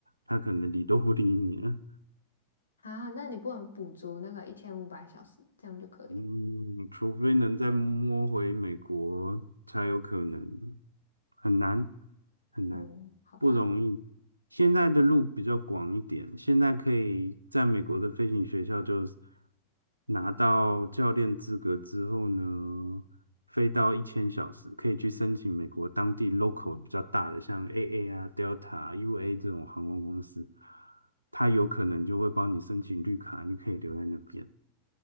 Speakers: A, on the right (about 80°); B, on the left (about 75°).
A: 他可能理都不理你了。
B: 啊，那你不能补足那个一千五百小时，这样就可以了。
A: 嗯，除非能再摸回美国，才有可能，很难很难，
B: 嗯，好吧。
A: 不容易。现在的路比较广一点，现在可以在美国的飞行学校就拿到教练资格之后呢，飞到一千小时，可以去申请美国当地 local 比较大的，像 AA 啊、Delta、UA 这种航空公司，它有可能就会帮你申请绿卡，你可以留在那边。